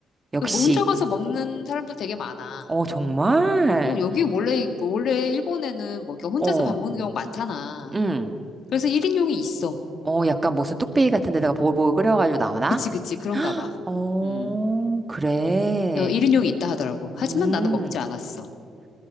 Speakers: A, on the right (about 25°); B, on the left (about 65°).
A: 역시.
B: 그 혼자 가서 먹는 사람들 되게 많아.
A: 어, 정말?
B: 어, 여기 원래, 원래 일본에는 뭐 이렇게 혼자서
A: 어,
B: 밥 먹는 경우 많잖아.
A: 응.
B: 그래서 1인용이 있어.
A: 어, 약간 무슨 뚝배기 같은 데다가 보글보글 끓여가지고 나오나?
B: 그치, 그치. 그런가 봐.
A: 어,
B: 음.
A: 그래.
B: 1인용이 있다 하더라고. 하지만
A: 음,
B: 나는 먹지 않았어.